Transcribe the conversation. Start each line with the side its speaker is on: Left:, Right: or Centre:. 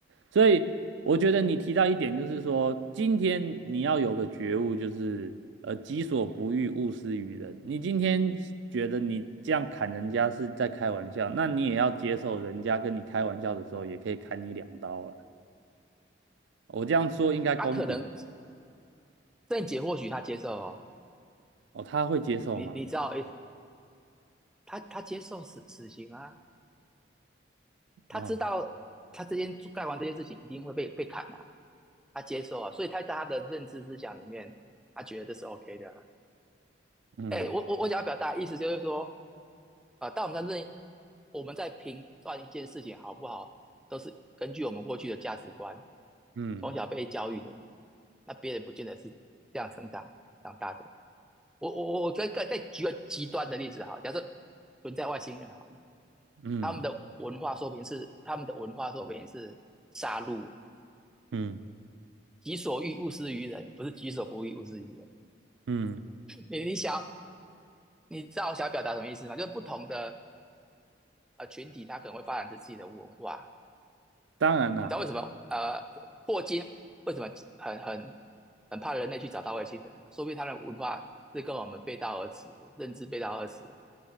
Right: 所以我觉得你提到一点，就是说，今天你要有个觉悟，就是呃，己所不欲，勿施于人。你今天觉得你这样砍人家是在开玩笑，那你也要接受人家跟你开玩笑的时候，也可以砍你两刀啦。我这样说应该公平
Centre: 他、可能郑姐或许他接受哦，
Right: 哦，他会接受吗？
Centre: 你你知道诶，他他接受死死刑啊，他知道他这件干完这件事情一定会被被砍啊，
Right: 哦，
Centre: 他接受啊，所以他在他的认知思想里面，他觉得这是 OK 的啊、
Right: 嗯
Centre: 哎、欸我我我想要表达的意思就是说，啊，但我们在认我们在评断一件事情好不好，都是根据我们过去的价值观，
Right: 嗯
Centre: 从小被教育的，那别人不见得是这样成长长大的。我我我再再再举个极端的例子哈，假设存在外星人好了，
Right: 嗯
Centre: 他们的文化说明是他们的文化说明是杀戮、欸，
Right: 嗯
Centre: 己所欲勿施于人，不是己所不欲勿施于人。
Right: 嗯，
Centre: 你你想你知道我想表达什么意思吗？就是不同的呃群体，他可能会发展出自己的文化。
Right: 当然啦，
Centre: 你知道为什么呃霍金为什么很很很怕人类去找到外星人吗？说不定他的文化是跟我们背道而驰的，认知背道而驰的，